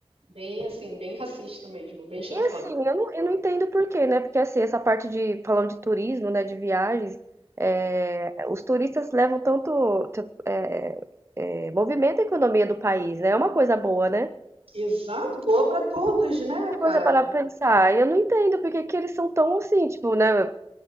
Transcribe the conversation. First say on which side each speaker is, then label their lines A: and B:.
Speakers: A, on the right (about 80°); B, on the right (about 25°).
A: Bem assim, bem racista mesmo, bem xenofóbico.
B: E assim, eu não, eu não entendo por quê, né? Porque assim, essa parte de, falando de turismo, né, de viagens, é, os turistas levam tanto, t- é, é, movimento a economia do país, né? É uma coisa boa, né?
A: Exato, pô, pra todos, né,
B: Se
A: cara?
B: você parar pra pensar, eu não entendo porque que eles são tão assim, tipo, né?